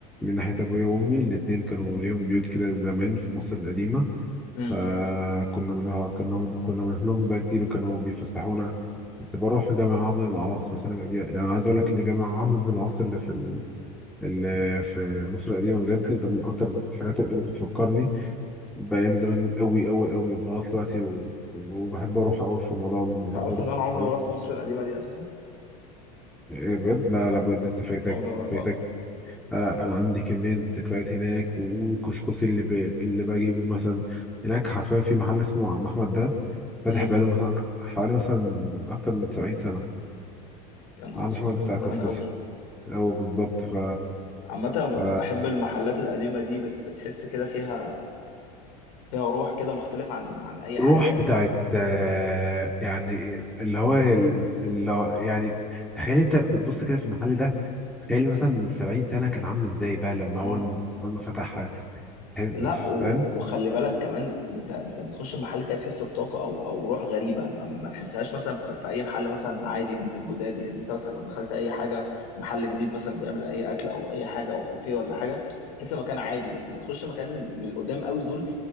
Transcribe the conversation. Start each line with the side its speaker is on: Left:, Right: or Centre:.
Centre: ناحية ابويا وامي الاتنين كانوا ليهم بيوت كده زمان في مصر القديمة
Left: امم
Centre: فكنا منها كنا كنا بنروح لهم بقى كتير وكانوا بيفسحونا كنت بروح جامع عمرو بن العاص مثلا جا- يعني عايز اقول لك ان جامع عمرو بن العاص اللي في ال- اللي في مصر القديمه بجد ده من اكتر الحاجات اللي بتفكرني بايام زمان قوي قوي قوي لغايه دلوقتي و- وبحب اروح قوي في رمضان
Left: انت
Centre: بحب
Left: عارف
Centre: اروح
Left: ان انا عمري
Centre: قوي
Left: ما رحت مصر القديمه دي اساسا
Centre: إيه بجد لا لا لا بجد انت فايتك
Left: عمري ما رحتها
Centre: فايتك آه، انا عندي كميه ذكريات هناك والكسكسي اللي ب... اللي بجيبه مثلا هناك حرفيا في محل اسمه عم احمد ده فاتح
Left: امم
Centre: بقاله مثلا أكت- حوالي مثلا اكتر من 70 سنه
Left: يا نهار
Centre: عم
Left: اسود
Centre: احمد
Left: ده
Centre: بتاع
Left: من زمان
Centre: كسكسي
Left: قوي
Centre: أو بالظبط ف...
Left: عامة أنا
Centre: ف...
Left: بحب المحلات القديمة دي بت- بتحس كده فيها فيها روح كده مختلف عن عن أي حاجة
Centre: روح
Left: تانية
Centre: بتاعت آه، يعني اللي هو اللي هو- يعني تخيل انت بتبص كده في المحل ده تخيل مثلا من 70 سنة كان عامل ازاي بقى لما
Left: اه
Centre: اول اول ما فتح تحس-
Left: لا و-
Centre: فاهم
Left: وخلي بالك كمان انت انت بتخش المحل كده تحس بطاقه او او روح غريبه ما, ما تحسهاش مثلا في, في اي محل مثلا عادي من الجداد يعني انت مثلا لو دخلت اي حاجه محل جديد مثلا بيعمل اي اكل او اي حاجه او كافيه ولا حاجه تحس المكان عادي بس لما تخش مكان من القدام قوي دول